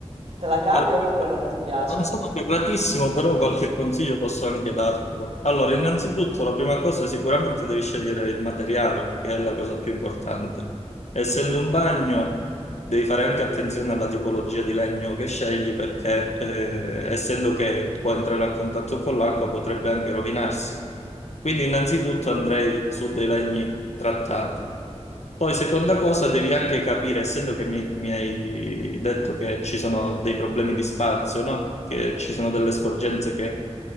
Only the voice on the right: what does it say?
Te la cavi
oppure non ti piace?